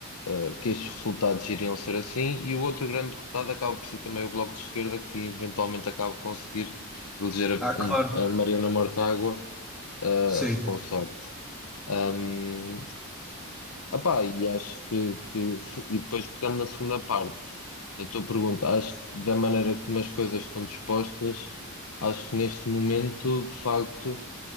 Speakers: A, on the left; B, in the centre.
A: eh, que estes resultados iriam ser assim. E o outro grande derrotado acaba por ser também o Bloco de Esquerda, que eventualmente acaba por conseguir eleger a,
B: Ah,
A: um-
B: claro,
A: a Mariana Mortágua, eh,
B: sim,
A: com sorte. Um, epá, e acho que, que se- e depois pegando na segunda parte da tua pergunta, acho que da maneira como as coisas estão dispostas, acho que neste momento, de facto